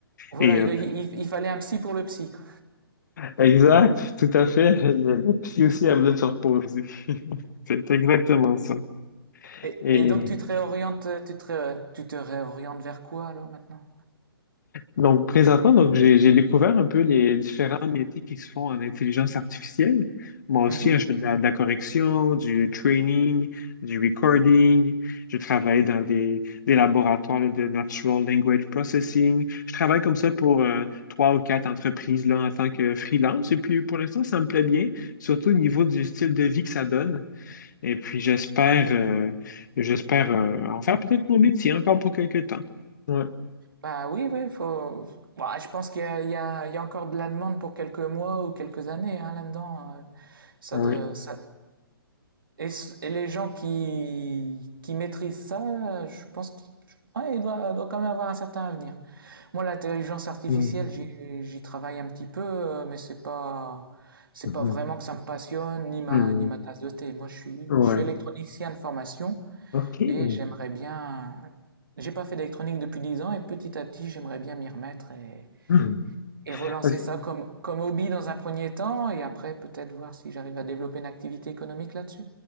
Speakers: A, on the right; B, on the left.
A: Voilà,
B: Et euh,
A: et donc il, il fallait un psy pour le psy. quoi.
B: Exact, tout à fait. Le, le psy aussi a besoin de se reposer. <laughs> C'est exactement ça.
A: Et,
B: Et
A: et donc tu te réorientes, tu te, ré- tu te réorientes vers quoi alors maintenant?
B: donc, présentement, donc, j'ai, j'ai découvert un peu les différents métiers qui se font en intelligence artificielle. Moi
A: Mhm.
B: aussi, hein, je fais de la, de la correction, du training, du recording. Je travaille dans des, des laboratoires là, de natural language processing. Je travaille comme ça pour euh, trois ou quatre entreprises là, en tant que freelance. Et puis, pour l'instant, ça me plaît bien, surtout au niveau du style de vie que ça donne. Et puis j'espère euh, j'espère euh, en faire peut-être mon métier encore pour quelques temps. Ouais,
A: Bah oui, oui, faut. Bah, je pense qu'il y a, il y a, il y a encore de la demande pour quelques mois ou quelques années hein, là-dedans. euh, ça
B: ouais.
A: de, ça... Et, s- et les gens qui, qui maîtrisent ça, euh, je pense qu'ils ouais, il doit, doit quand même avoir un certain avenir. Moi, l'intelligence artificielle,
B: Mm,
A: j'y j'y travaille un petit peu, euh, mais c'est pas, c'est
B: mhm,
A: pas vraiment que ça me passionne, ni ma,
B: mm,
A: ni ma tasse de thé. Moi, je suis,
B: ouais.
A: je suis électronicien de formation
B: OK.
A: et j'aimerais bien, j'ai pas fait d'électronique depuis 10 ans et petit à petit, j'aimerais bien m'y remettre et,
B: Mm.
A: et relancer
B: Est-ce
A: ça comme, comme hobby dans un premier temps et après peut-être voir si j'arrive à développer une activité économique là-dessus.